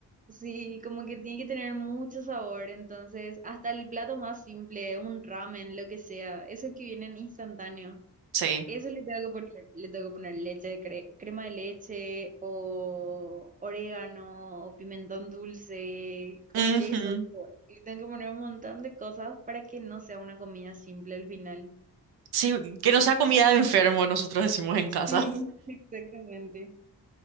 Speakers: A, on the right; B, on the right.
A: Sí, como que tiene que tener mucho sabor, entonces hasta el plato más simple, un ramen, lo que sea, eso que viene en instantáneo,
B: sí.
A: eso le tengo que poner, le tengo que poner leche, cre- crema de leche o orégano o pimentón dulce
B: ujú.
A: o queso, tipo, le tengo que poner un montón de cosas para que no sea una comida simple al final.
B: Sí, que no sea comida de enfermo, nosotros decimos en casa.
A: Sí, <laughs> exactamente.